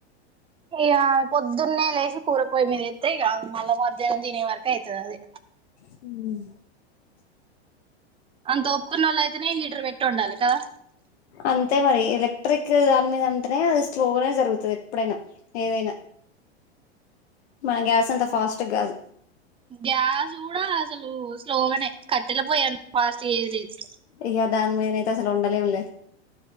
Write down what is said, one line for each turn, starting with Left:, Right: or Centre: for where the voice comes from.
Right: ఇగ పొద్దున్న లేసి కూర పోయి ఏత్తే ఇగ. మళ్ల మధ్యాహ్నం తినే వరకు అయితది అది.
Left: ఉ
Right: అంత ఓపుకున్న వాళ్ళు అయితేనే హీటర్ పెట్టి ఉండాలి కదా
Left: అంతే మరి ఎలా క్ట్రిక్ దాని మీద అంటేనే అది స్లోగనే జరుగుతది ఎప్పుడైనా ఏదైనా. మన గ్యాస్ అంత ఫాస్ట్ గాదు.
Right: గ్యాస్ కూడా అసలు స్లోగానే కట్టెల పోయంత ఫాస్ట్. పేరడ్స్.
Left: ఇక దాని మీదనయితే అసలు ఉండలేములే